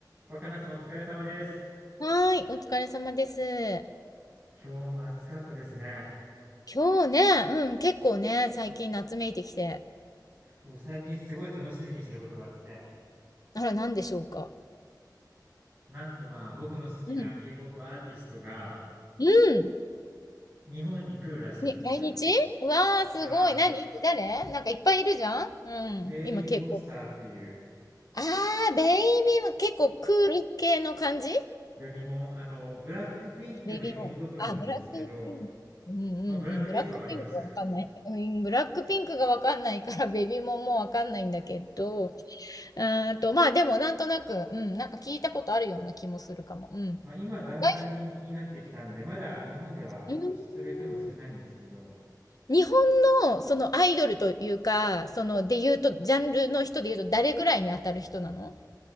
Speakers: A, on the right; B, on the left.
A: 若菜さんお疲れ様です。
B: はーい、お疲れ様です。
A: 今日も暑かったですね。
B: 今日ね、うん、結構ね、最近夏めいてきて。
A: もう最近すごい楽しみにしてることがあって、
B: あら、なんでしょうか。
A: なんとまあ僕の好きな
B: うん。
A: K-POP アーティストが
B: うん。
A: 日本に来るらしいんですよ。
B: に、来日うわー、すごい。
A: はい。
B: 何誰なんかいっぱいいるじゃんうん。
A: ベイビーモンスターっていう、
B: 今、k 構 o あー、ベイビーも結構クール系の感じ
A: ベイビーモン、あの、ブラックピンクの妹分なんですけど、
B: ベイビーも。あ、ブラックピンク。うんうんうん。
A: まあブラックピンクわかります
B: ブラックピンクがわかんない。うん、ブラックピンクがわかんないから、ベイビーももうわかんないんだけど。うーんと、まあでもなんとなく、うん、なんか聞いたことあるような気もするかも。うん。
A: まあ今だんだん人気になってきたんで、
B: はい。
A: まだ日本では知ってる人も少ないんですけど、
B: うん。日本のそのアイドルというか、そので言うと、ジャンルの人で言うと誰ぐらいに当たる人なの